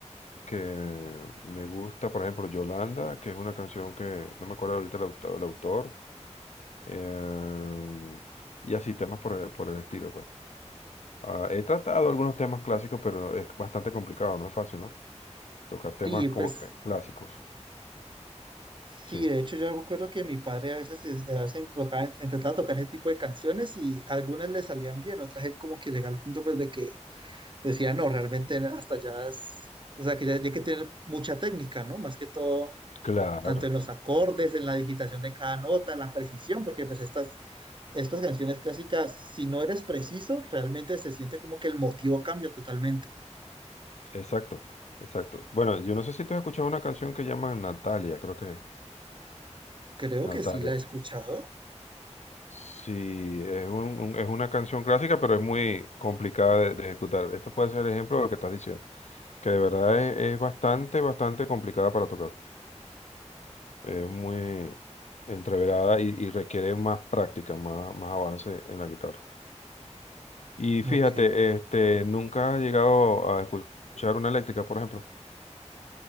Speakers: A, on the left; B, on the right.
A: que me gusta, por ejemplo, Yolanda, que es una canción que no me acuerdo ahorita el auto- el autor, em, y así temas por, el- por el estilo, pues. Ah, he tratado algunos temas clásicos, pero es bastante complicado, no es fácil, ¿no? Tocar temas
B: Sí,
A: como
B: pues
A: que clásicos.
B: Sí,
A: Sí,
B: de hecho yo me acuerdo que mi padre a veces, es- a veces enfocaba intentaba tocar ese tipo de canciones y algunas le salían bien, otras él como que llegaba al punto pues de que decía, no, realmente hasta ya es, o sea, que ya, ya hay que tener mucha técnica, ¿no? Más que todo,
A: claro,
B: tanto en los acordes, en la digitación de cada nota, en la precisión, porque pues estas, estas canciones clásicas, si no eres preciso, realmente se siente como que el motivo cambia totalmente.
A: exacto, exacto. Bueno, yo no sé si tú has escuchado una canción que llaman Natalia, creo que
B: Creo
A: Natalia.
B: que sí la he escuchado.
A: Sí, es, un- un- es una canción clásica, pero es muy complicada de, de ejecutar. Esto puede ser el ejemplo de lo que estás diciendo, que de verdad es, es bastante, bastante complicada para tocar. Es muy entreverada y, y requiere más práctica, más, más avance en la guitarra. Y fíjate,
B: Ok.
A: este, ¿nunca has llegado a escuchar una eléctrica, por ejemplo?